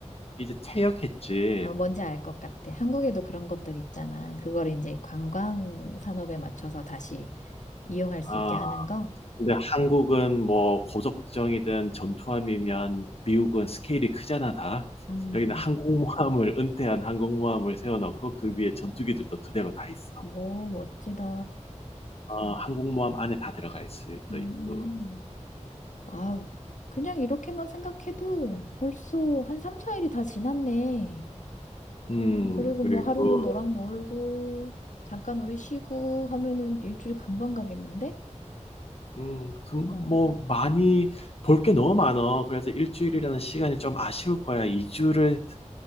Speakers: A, on the left; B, on the left.
A: 이제 퇴역했지.
B: 어, 뭔지 알 것 같아. 한국에도 그런 것들 있잖아. 그걸 이제 관광 산업에 맞춰서 다시 이용할 수
A: 아
B: 있게 하는 거?
A: 근데 한국은 뭐 고속정이든 전투함이면 미국은 스케일이 크잖아 다.
B: 음,
A: 여기는 항공모함을 은퇴한 항공모함을 세워 놓고 그 위에 전투기들도 그대로 다 있어.
B: 오, 멋지다.
A: 어 항공모함 안에 다 들어가 있을 수도
B: 음,
A: 있고.
B: 아우, 그냥 이렇게만 생각해도 벌써 한 3, 4일이 다 지났네.
A: 음
B: 어, 그리고
A: 그리고
B: 뭐 하루는 너랑 놀고, 잠깐 우리 쉬고 하면은 일주일 금방 가겠는데?
A: 음 금방 뭐 많이 볼 게 너무 많어. 그래서 일주일이라는 시간이 좀 아쉬울 거야. 2주를